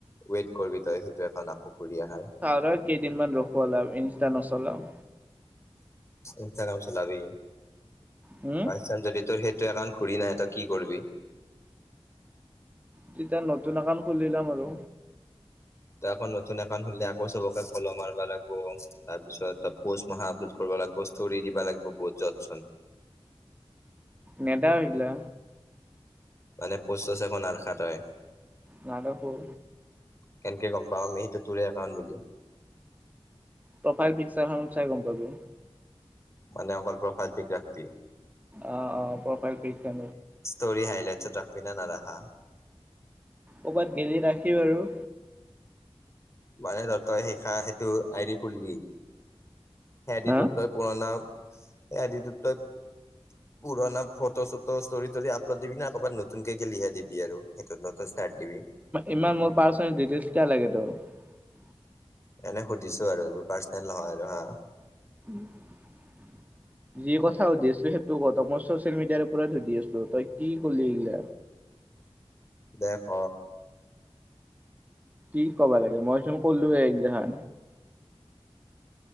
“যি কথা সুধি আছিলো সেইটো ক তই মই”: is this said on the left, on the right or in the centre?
Right